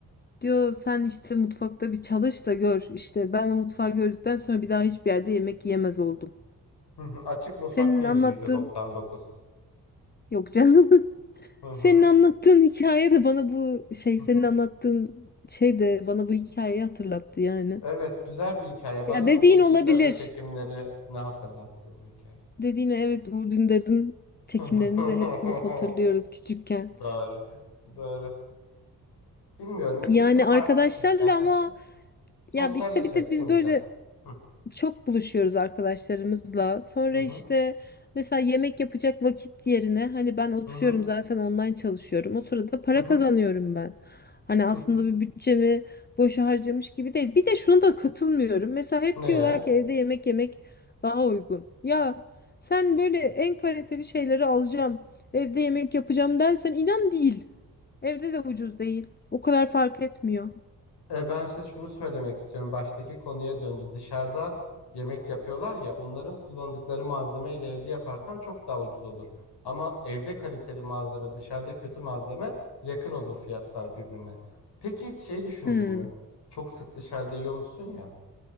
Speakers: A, on the left; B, on the left.
A: Diyor sen işte mutfakta bir çalış da gör. İşte ben o mutfağı gördükten sonra bir daha hiçbir yerde yemek yemez oldum.
B: Hı hı. Açık mutfak
A: Senin
B: değildi
A: anlattığın
B: %99.
A: yok canım. <laughs>
B: Hı hı.
A: Senin anlattığın hikaye de bana bu şey
B: Hı
A: senin
B: hı.
A: anlattığın şey de bana bu hikayeyi hatırlattı yani.
B: Evet, güzel bir hikaye. Bana
A: Ya dediğin
B: da Uğur
A: olabilir.
B: Dündar'ın çekimlerini hatırlattı bu hikaye.
A: Dediğine evet Uğur Dündar'ın çekimlerini
B: <laughs>
A: de hepimiz hatırlıyoruz küçükken.
B: Doğru. Doğru. Bilmiyorum. İkisi
A: Yani
B: de farklı
A: arkadaşlarla
B: şeyler.
A: ama
B: Sosyalleşmek
A: ya işte bir de
B: için
A: biz
B: güzel.
A: böyle
B: Hı
A: çok buluşuyoruz arkadaşlarımızla. Sonra
B: hı hı
A: işte mesela yemek yapacak vakit yerine hani ben oturuyorum
B: hı
A: zaten online çalışıyorum. O sırada para
B: hı
A: kazanıyorum ben. Hani aslında
B: hı. hı.
A: bir bütçemi boşa harcamış gibi değil. Bir de şunu da katılmıyorum. Mesela hep
B: Ne
A: diyorlar
B: ya?
A: ki evde yemek yemek daha uygun. Ya sen böyle en kaliteli şeyleri alacağım, evde yemek yapacağım dersen inan değil. Evde de ucuz değil. O kadar fark etmiyor.
B: E, ben size şunu söylemek istiyorum. Baştaki konuya döndü. Dışarıda yemek yapıyorlar ya, onların kullandıkları malzemeyle evde yaparsan çok daha ucuz olur. Ama evde kaliteli malzeme, dışarıda kötü malzeme yakın olur fiyatlar birbirine. Peki hiç şey düşündün
A: Hmm,
B: mü? Çok sık dışarıda yiyor ya?